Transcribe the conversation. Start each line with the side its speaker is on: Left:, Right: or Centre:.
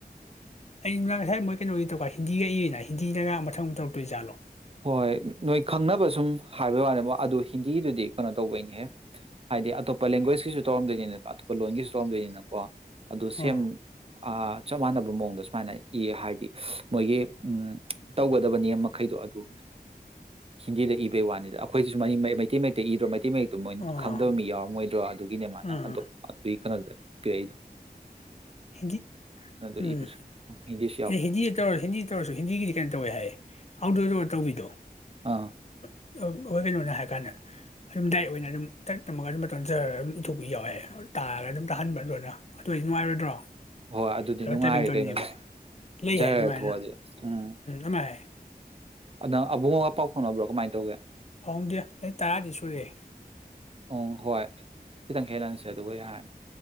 Left: ꯑꯩ ꯁꯨꯝ ꯉꯁꯥꯏ ꯃꯣꯏ ꯀꯩꯅꯣꯒꯤ ꯇꯧꯔꯀ ꯍꯤꯟꯗꯤꯒ ꯏꯏꯌꯦꯅ ꯍꯤꯟꯗꯤꯗꯒ ꯃꯊꯪ ꯑꯃ ꯇꯧꯛꯇꯣꯏ ꯖꯥꯠꯂꯣ
Right: ꯍꯣꯏ ꯅꯣꯏ ꯈꯪꯅꯕ ꯁꯨꯝ ꯍꯥꯏꯕꯩ ꯋꯥꯅꯦ ꯑꯗꯨ ꯍꯤꯟꯗꯤꯒꯤꯗꯨꯗꯤ ꯀꯩꯅꯣ ꯇꯧꯕꯩꯅꯦꯍ ꯍꯥꯏꯗꯤ ꯑꯇꯣꯞꯄ ꯂꯦꯡꯒ꯭ꯋꯦꯁꯀꯤꯁꯨ ꯇꯧꯔꯝꯗꯣꯏꯅꯤꯅ ꯑꯇꯣꯞꯄ ꯂꯣꯟꯒꯤꯁꯨ ꯇꯧꯔꯝꯗꯣꯏꯅꯤꯅꯀꯣ ꯑꯗꯨ ꯁꯦꯝ
Left: ꯑꯥ
Right: ꯆꯞ ꯃꯥꯟꯅꯕ ꯃꯑꯣꯡꯗ ꯁꯨꯃꯥꯏꯅ ꯏ ꯍꯥꯏꯗꯤ ꯃꯣꯏꯒꯤ ꯇꯧꯒꯗꯕ ꯅꯤꯦꯝ ꯃꯈꯩꯗꯣ ꯑꯗꯨ ꯍꯤꯟꯗꯤꯗ ꯏꯕꯩ ꯋꯥꯅꯤꯗ ꯑꯩꯈꯣꯏꯁꯤꯁꯨ ꯃꯩꯇꯩ ꯃꯩꯇꯩ ꯏꯗ꯭ꯔꯣꯩ ꯤ ꯃꯛꯇꯨ ꯃꯣꯏꯅ
Left: ꯑꯥ
Right: ꯈꯪꯗꯕ ꯃꯤ ꯌꯥꯎꯔꯝꯃꯣꯏꯗ꯭ꯔꯣ ꯑꯗꯨꯒꯤꯅꯦ ꯃꯥꯅ
Left: ꯑꯥ
Right: ꯑꯣ ꯑꯗꯨꯒꯤ ꯀꯩꯅꯣꯗ ꯀꯏꯗ
Left: ꯍꯤꯟꯗꯤ ꯎꯝ
Right: ꯏꯕꯁꯨ ꯍꯤꯟꯗꯤꯁꯨ ꯌꯥꯎꯕ
Left: ꯍꯤꯟꯗꯤꯗ ꯇꯧꯔꯁꯨ ꯍꯤꯟꯗꯤꯗ ꯇꯧꯔꯁꯨ ꯍꯤꯟꯗꯤꯒꯤꯗꯤ ꯀꯩꯅꯣ ꯇꯧꯋꯦ ꯍꯥꯏꯌꯦ ꯑꯥꯎꯠꯗꯣꯔꯗ ꯑꯣꯏꯔ ꯇꯧꯕꯤꯗꯣ
Right: ꯑꯥ
Left: ꯑ ꯑꯩꯣꯏ ꯀꯩꯅꯣꯅ ꯍꯥꯏꯔ ꯀꯥꯟꯗ ꯑꯗꯨꯝ ꯗꯥꯏꯠ ꯑꯣꯏꯅ ꯑꯗꯨꯝ ꯇꯔꯛ ꯇꯝꯃꯒ ꯑꯗꯨꯝ ꯃꯇꯝꯗ ꯆꯔꯒ ꯑꯗꯨꯝ ꯏꯊꯣꯛꯄ ꯌꯥꯎꯋꯦ ꯇꯥꯔꯒ ꯑꯗꯨꯝ ꯇꯥꯍꯟꯕ ꯑꯗꯨꯅ ꯑꯗꯨ ꯑꯣꯏ ꯅꯨꯡꯉꯥꯏꯔꯣꯏꯗ꯭ꯔꯣ
Right: ꯍꯣꯏ ꯑꯗꯨꯗꯤ
Left: ꯑꯗꯣ
Right: ꯅꯨꯡꯉꯥꯏꯔꯦ
Left: ꯇꯥꯏꯄꯤꯡ ꯇꯧꯅꯦꯕ
Right: ꯀꯩꯅꯣ
Left: ꯂꯩ
Right: ꯖꯔ
Left: ꯍꯥꯏ ꯑꯗꯨꯃꯥꯏꯅ
Right: ꯊꯣꯛꯣꯛꯑꯗꯤ ꯎꯝ
Left: ꯑꯃ ꯍꯥꯏ
Right: ꯑꯗꯪ ꯑꯕꯨꯡꯉꯒ ꯄꯥꯎ ꯐꯥꯎꯅꯕ꯭ꯔꯣ ꯀꯃꯥꯏꯅ ꯑꯗꯨꯒ
Left: ꯍꯣꯡꯗꯦ ꯑꯩ ꯇꯔꯥꯗꯤ ꯁꯨꯔꯦꯦ
Right: ꯎꯝ ꯍꯣꯏ ꯈꯤꯇꯪ ꯈꯦꯠꯅꯔꯁꯦ ꯑꯗꯨꯒ ꯌꯥꯔꯅꯤ